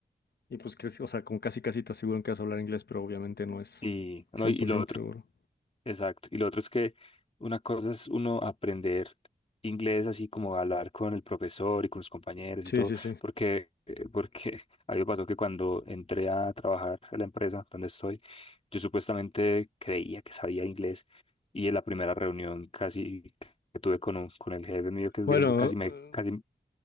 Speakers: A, on the left; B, on the left.
A: y pues, crees- o sea, con casi casi te aseguran que vas a hablar inglés, pero obviamente no es
B: Y, no,
A: 100%
B: y lo otro.
A: seguro.
B: Exacto. Y lo otro es que una cosa es uno aprender inglés así como hablar con el profesor y con los compañeros
A: Sí,
B: y todo,
A: sí, sí.
B: porque, eh, porque <laughs> a mí me pasó que cuando entré a trabajar en la empresa donde estoy, yo supuestamente creía que sabía inglés y en la primera reunión casi que tuve con, un- con el jefe mío que es
A: Bueno,
B: gringo, casi me,
A: eh,
B: casi,